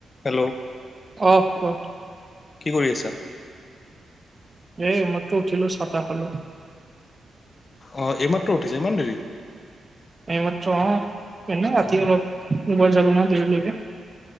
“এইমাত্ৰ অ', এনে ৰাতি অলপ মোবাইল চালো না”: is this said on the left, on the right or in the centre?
Right